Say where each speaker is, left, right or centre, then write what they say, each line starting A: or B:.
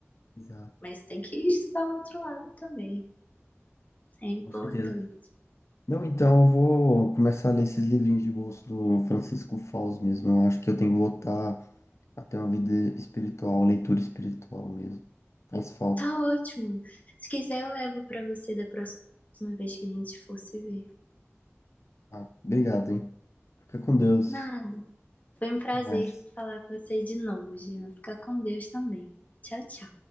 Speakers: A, on the left; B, on the left.
A: Exato.
B: Mas tem que estudar o outro lado também. É importante.
A: Com certeza. Não, então eu vou começar a ler esses livrinhos de bolso do Francisco Fausto mesmo. Eu acho que eu tenho que voltar até uma vida espiritual, leitura espiritual mesmo. Faz falta.
B: Tá ótimo. Se quiser, eu levo para você da próxima vez que a gente for se ver.
A: Ah, obrigado, hein? Fica com Deus.
B: Nada. Foi um prazer
A: Até mais.
B: falar com você de novo, Gina. Fica com Deus também. Tchau, tchau.